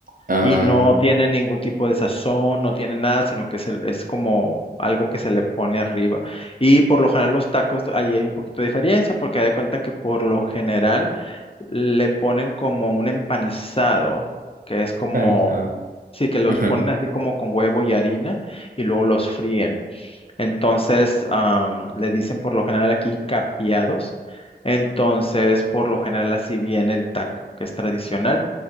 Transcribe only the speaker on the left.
Y no tiene ningún tipo de sazón, no tiene nada, sino que es, el- es como algo que se le pone arriba. Y por lo general los tacos, ahí hay un poquito de diferencia, porque haz de cuenta que por lo general le ponen como un empanizado, que es como,
sí, que los
ponen así como con huevo y harina, y luego los fríen. Entonces, am, le dicen por lo general aquí capiados. Entonces, por lo general así viene el taco, que es tradicional.